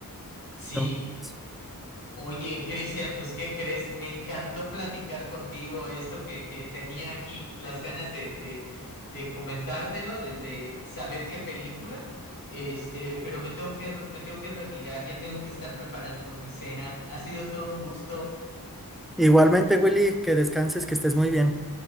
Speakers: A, on the left (about 65°); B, in the centre.
A: Sí,
B: me gustan.
A: oye, Cristian, pues ¿qué crees? Me encantó platicar contigo esto que, que tenía aquí las ganas de, de, de comentártelo, de, de saber qué película, este, pero me tengo que, re- me tengo que retirar, ya tengo que estar preparando mi cena. Ha sido todo un gusto
B: Igualmente, Willy, que descanses, que estés muy bien.